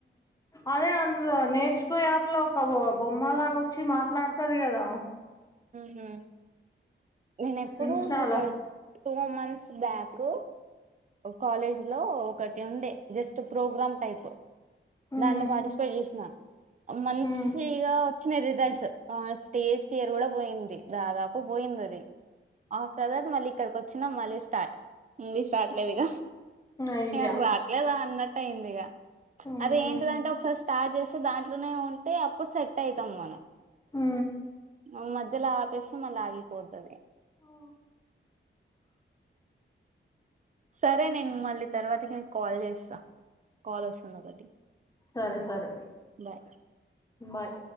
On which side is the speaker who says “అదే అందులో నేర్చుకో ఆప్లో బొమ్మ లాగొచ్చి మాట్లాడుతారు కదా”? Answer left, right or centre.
Left